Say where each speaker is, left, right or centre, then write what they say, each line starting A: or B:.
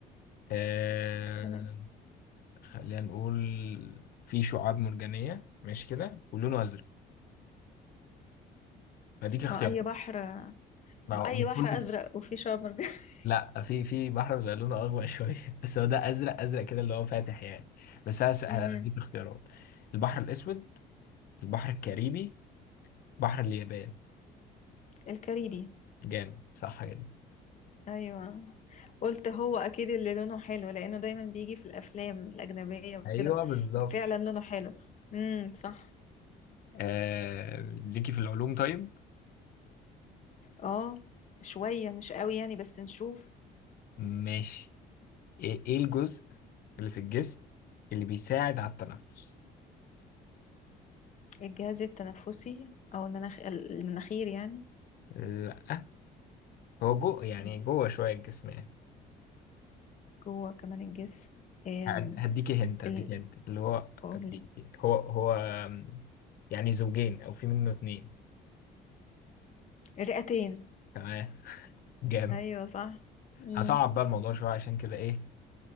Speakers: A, on the left; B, on the left.
A: آه...
B: تمام
A: خلينا نقول في شعاب مرجانية ماشي كده ولونه أزرق فديك اختيار
B: ما أي بحر
A: ما هو
B: أي
A: من كل
B: بحر أزرق وفيه شعاب مرجانية <laughs>
A: لا في في بحر بيبقى لونه أغوى <laughs> شوية بس هو ده أزرق أزرق كده اللي هو فاتح يعني بس أنا س- هديك
B: مهم.
A: اختيارات البحر الأسود البحر الكاريبي بحر اليابان
B: الكاريبي
A: جامد صح جدا
B: أيوة قلت هو أكيد اللي لونه حلو لأنه دايما بيجي في الأفلام الأجنبية وكده
A: ايوه بالظبط
B: فعلا لونه حلو امم صح
A: آه... ليكي في العلوم طيب
B: اه شوية مش قوي يعني بس نشوف
A: ماشي ايه إيه الجزء اللي في الجسم اللي بيساعد على التنفس
B: الجهاز التنفسي او المناخ المناخير يعني
A: لا هو جو يعني
B: بس
A: جوه شوية الجسم يعني
B: جوه كمان الجسم أم،
A: هد- هديكي هنت هديكي
B: ال...
A: هنت اللي هو
B: قولي
A: بي... هو هو آم، يعني زوجين او في منه اتنين
B: الرئتين
A: تمام جامد
B: ايوه صح مم.
A: هصعب بقى الموضوع شوية عشان كده ايه